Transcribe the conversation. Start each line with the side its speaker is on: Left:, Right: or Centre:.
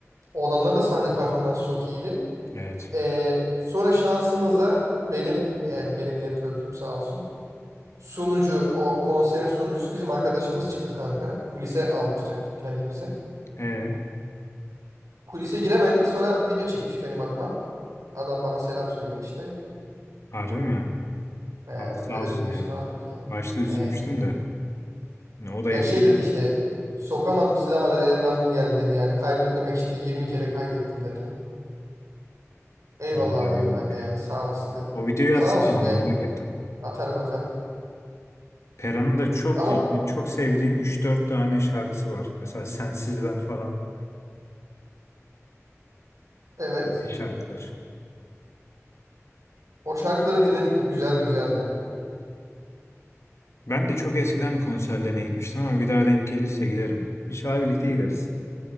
Right: o adamların da sahne performansı çok iyiydi.
Left: Evet.
Right: Ee, sonra şansımıza benim yani benim network'üm sağ olsun. Sunucu o konserin sunucusu bizim arkadaşımız çıktı kanka. Kulise aldıracaktık kendimizi.
Left: Ee,
Right: Kulise giremedik sonra video çekmiş benim adıma. Adam bana selam söylüyor işte.
Left: harbi mi?
Right: Ee,
Left: Abi sağ
Right: öyle
Left: olsun
Right: videosunu
Left: ya.
Right: aldık yani.
Left: Başta üzülmüştüm
Right: Ee,
Left: de. Ne, O da
Right: Ya
Left: yeter.
Right: şey dedi işte sokamadım size ama dedi elimden bu geldi dedi. Yani kaybetmemek için de 20 kere kaydettim dedi. Eyvallah
Left: Vallahi
Right: abi dedim
Left: iyi olmuş.
Right: ben de yani sağ olasın dedim.
Left: O videoyu
Right: Sağ
Left: atsana
Right: olsun
Left: bana
Right: yani
Left: merak ettim.
Right: atarım atarım.
Left: Pera'nın da çok
Right: Ama
Left: yani çok sevdiğim üç dört tane şarkısı var. Mesela Sensiz Ben falan.
Right: evet
Left: İyi şarkılar.
Right: o şarkıları dinledik güzeldi güzeldi.
Left: Ben de çok eskiden bir konserlerine gitmiştim ama bir daha denk gelirse giderim. İnşallah birlikte gideriz.